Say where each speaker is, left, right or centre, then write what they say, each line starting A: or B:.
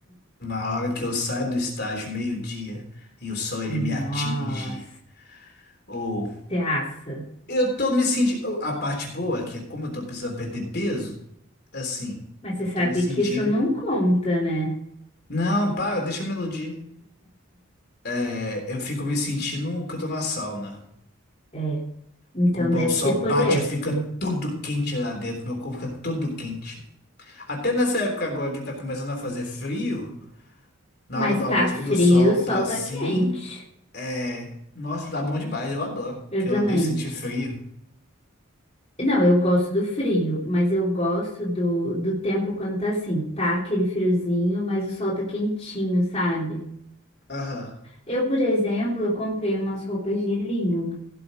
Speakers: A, on the left (about 50°); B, on the left (about 30°).
A: na hora que eu saio do estágio meio-dia e o sol ele
B: nossa,
A: me atinge. Ou
B: você assa.
A: eu tô me sentindo. A parte boa é que, como eu tô precisando perder peso, assim,
B: Mas você
A: eu
B: sabe
A: tô me sentindo.
B: que isso não conta, né?
A: Não, para, deixa eu me iludir. É, eu fico me sentindo que eu tô na sauna.
B: É, então
A: Fico-
B: deve
A: O sol
B: ser
A: bate,
B: poliéster.
A: fica tudo quente lá dentro, meu corpo fica todo quente. Até nessa época agora que tá começando a fazer frio, na
B: Mas
A: hora do
B: tá
A: almoço,
B: frio,
A: quando o sol
B: o sol
A: tá assim,
B: tá quente.
A: é. Nossa, tá bom demais, eu adoro,
B: Eu
A: porque
B: também.
A: eu odeio sentir frio.
B: Não, eu gosto do frio, mas eu gosto do, do tempo quando tá assim, tá aquele friozinho, mas o sol tá quentinho, sabe?
A: Aham,
B: Eu, por exemplo, eu comprei umas roupas de linho